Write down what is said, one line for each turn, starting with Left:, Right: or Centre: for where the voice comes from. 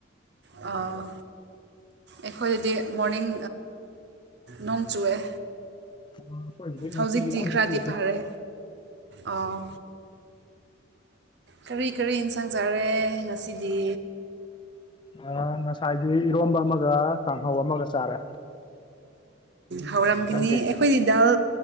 Right: ꯑꯥ ꯑꯩꯈꯣꯏꯗꯗꯤ ꯃꯣꯔꯅꯤꯡ ꯅꯣꯡ ꯆꯨꯑꯦ
Left: ꯑꯩꯈꯣꯏꯒꯤꯗꯤ ꯉꯁꯤꯒꯤ
Right: ꯍꯧꯖꯤꯛꯇꯤ
Left: ꯑꯃꯨꯛ
Right: ꯈꯔꯗꯤ
Left: ꯆꯨꯗꯦ
Right: ꯐꯔꯦ ꯑꯥ ꯀꯔꯤ ꯀꯔꯤ ꯏꯟꯁꯥꯡ ꯆꯥꯔꯦ ꯉꯁꯤꯗꯤ
Left: ꯑ ꯉꯁꯥꯏꯗꯤ ꯏꯔꯣꯝꯕ ꯑꯃꯒ ꯀꯥꯡꯍꯧ ꯑꯃꯒ ꯆꯥꯔꯦ
Right: ꯍꯥꯎꯔꯥꯝ ꯀꯅꯤ
Left: ꯅꯪꯗꯤ
Right: ꯑꯩꯈꯣꯏꯗꯤ ꯗꯥꯜ